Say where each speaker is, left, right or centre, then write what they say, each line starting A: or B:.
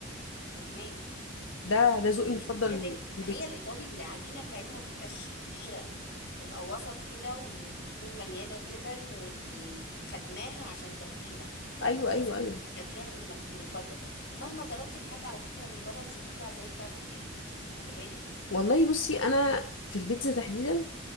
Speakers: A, on the left (about 60°); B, on the left (about 75°).
A: فهماكي
B: ده ده ذوقي
A: يعني
B: المفضل
A: انت بتحبي ما
B: في البيتزا
A: هي الايطالي العجينه بتاعتها ما تبقاش كبيره تبقى وسط كده وتكون مليانه جبن وخدماها عشان تاكليها
B: ايوه
A: تحسي
B: ايوه ايوه
A: ان انت اكلتيها من مكان من بره ومهما طلبتي الحاجه على فكره من بره مش هتطلع زي بتاعه البيت خلي بالك
B: والله بصي انا في البيتزا تحديدا